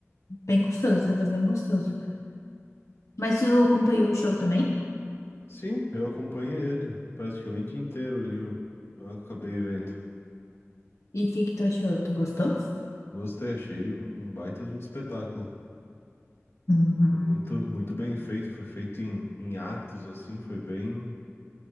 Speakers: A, on the left (about 85°); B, on the left (about 55°).
A: bem gostoso, tava bem gostoso. Mas tu acompanhou o show também?
B: Sim, eu acompanhei ele praticamente inteiro ali. Eu, eu acabei vendo.
A: E o que que tu achou? Tu gostou?
B: Gostei, achei um um baita de um espetáculo.
A: Uhum.
B: Foi muito, muito bem feito, foi feito em, em atos, assim, foi bem,